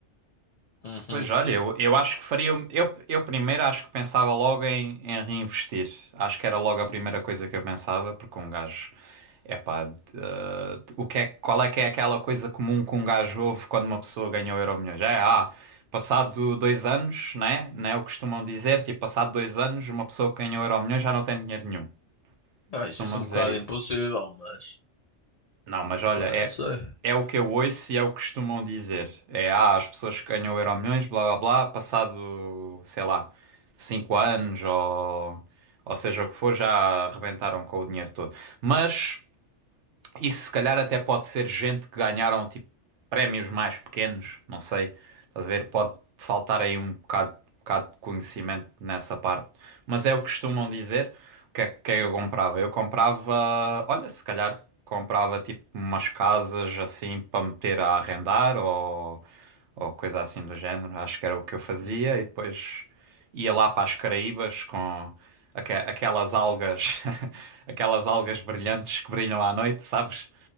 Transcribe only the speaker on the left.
Uhum.
Eu acho
isso um
bocado
impossível, mas
pá,
não sei.
Uhum.